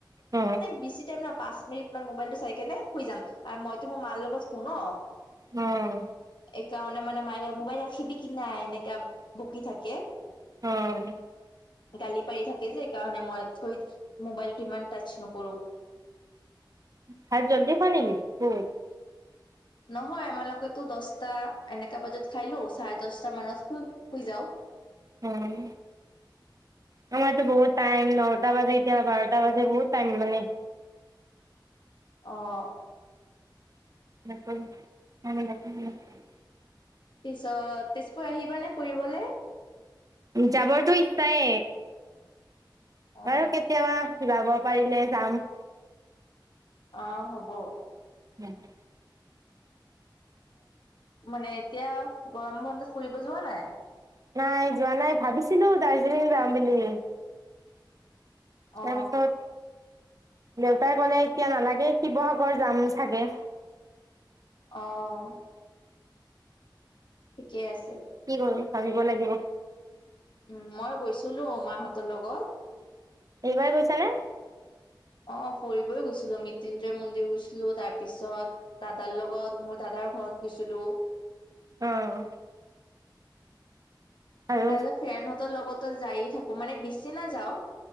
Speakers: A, on the right; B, on the left.
A: উ
B: বেছি টাইম নহ পাঁচ মিনিট মান মোবাইলটো চাই কেনে শুই যাম আৰু মইতো মোৰ মাৰ লগত ফোন অ
A: উম।
B: এইকাৰণে মানে ম মোবাইল ৰাখিব কি নাই এনেকা বকি থাকে।
A: অঁ।
B: গালি পাৰি থাকে যে কাৰণে মই থৈ মোবাইলটো ইমান টাচ নকৰো।
A: খাত জল দে ফ নে বত <unintelligible>
B: নহয় আমালোকেতো দহটা এনেকা বজাত খাইলো চাৰে দহটা মানত শুই- শুই যাও।
A: উম। মমতো বহত াইম নটা বাজে বাৰটা বাজে বহত াইম মানে <unintelligible>
B: অঁ।
A: নম <inaudible>
B: পিছত তেজপুৰ আহিবানে ফুৰিবলৈ?
A: যাবৰটোো ইচ্ছাই
B: অ
A: বাৰু <unintelligible> কেতিয়াবা যাব পাৰিলে যাম।
B: অ' হ'ব।
A: ও <unintelligible>
B: মানে এতিয়া গৰম বন্ধত ফুৰিব যোৱা নাই?
A: নাই যোৱা নাই ভাবিছিলোঁ দাৰ্জিলিং যাম বুলি।
B: অ
A: তাৰপিছত দেউতাই ক'লে এতিয়া নালাগে, শিৱসাগৰ যাম চাগে।
B: অঁ। ঠিকে আছে।
A: কি কৰো ভাবিব লাগিব।
B: উম, মই গৈছিলো অ মাহঁতৰ লগত।
A: এইবাৰ গৈছা নে?
B: অ' ফুৰিবও গৈছিলো মৃত্যুঞ্জয় মন্দিৰ গৈছিলো তাৰ পিছত। দাদাৰ লগত, মোৰ দাদাৰ ঘৰত গৈছিলো।
A: অঁ। আৰু
B: তাৰ পিছত ফ্ৰেণ্ডহঁতৰ লগতো যায়ে থাকো, মানে বেছি নাযাও